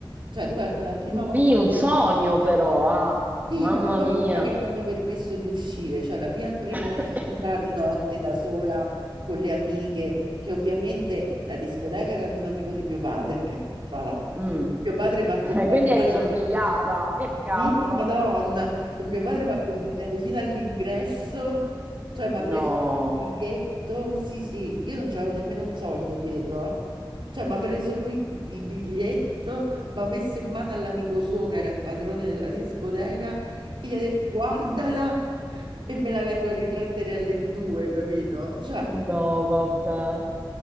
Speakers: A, on the right; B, on the right.
A: Cioè, tu calcoli la prima volta
B: Mì, un sogno però, ah.
A: Sì,
B: Mamma
A: la prima
B: mia.
A: volta che mi hanno permesso di uscire, cioè la mia prima
B: <coughs>
A: uscita di notte da sola con le amiche, che ovviamente la discoteca era di un amico di mio padre, <laughs> tra l'altro.
B: Mm.
A: Mio padre mi ha accompagnato,
B: <laughs> Quindi eri sorvegliata, che cavolo.
A: Sì, Madonna, mio padre mi ha accompagnato fino all'ingresso, cioè mi ha preso
B: No,
A: il biglietto, sì sì, io non c'avevo nemmeno un soldo dietro, eh. Cioè mi ha preso lui il biglietto, mi ha messo in mano all'amico suo che era il padrone della discoteca e gli ha detto guardala e me la vengo a riprendere alle due, capito? Cioè,
B: no, vabbè.